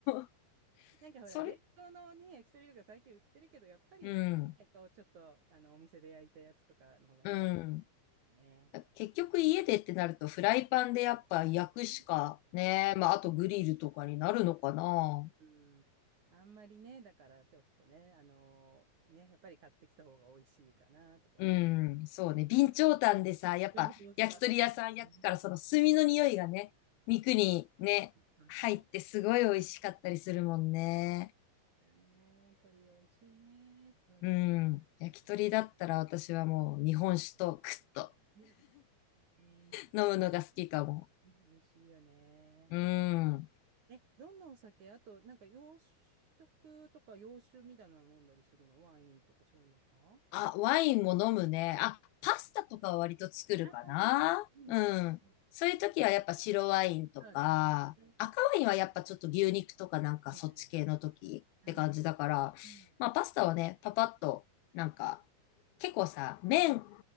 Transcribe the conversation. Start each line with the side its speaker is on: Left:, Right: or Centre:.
Left: う <laughs>
Right: なんかほら、
Left: それ、
Right: 冷凍のね、焼き鳥とか最近売ってるけど、やっぱり、
Left: うん、
Right: なんかこう、ちょっと、あの、お店で焼いたやつとかの方がね、
Left: うん。
Right: ね。
Left: 結局家でってなるとフライパンでやっぱ焼くしかね、
Right: そうだね
Left: まああとグリルとかになるのかな。
Right: うん。あんまりね、だからちょっとね、あのーね、やっぱり買ってきた方が美味しいかなとか思う。
Left: うん、そうね。備長炭でさ、やっぱ焼き鳥屋さん焼くから、
Right: そうそうそう。うん
Left: その炭の匂いがね、肉にね、
Right: そうそう
Left: 入ってすごい美味しかったりするもんね。
Right: だよね。鶏美味しいね。そうそ
Left: うん。焼き鳥だったら私はもう日本酒とクッと
Right: う。ね、ね
Left: 飲むのが好きかも。
Right: 美味しいよね。
Left: うん。
Right: え、どんなお酒あと、なんか洋食とか洋酒みたいなの飲んだりするのワインとかそういうのか
Left: あ、ワインも飲むね。あ、パスタとかは割と作るかな。
Right: ああー、いいね。
Left: うん。そういう時はやっぱ白ワインとか、
Right: そうだね。
Left: 赤ワインはやっぱちょっと牛肉とかなんかそっち系の時って感じだから、
Right: はいはいはい。うん。うん。
Left: まあパスタはね、パパッと、なんか、結構さ、麺、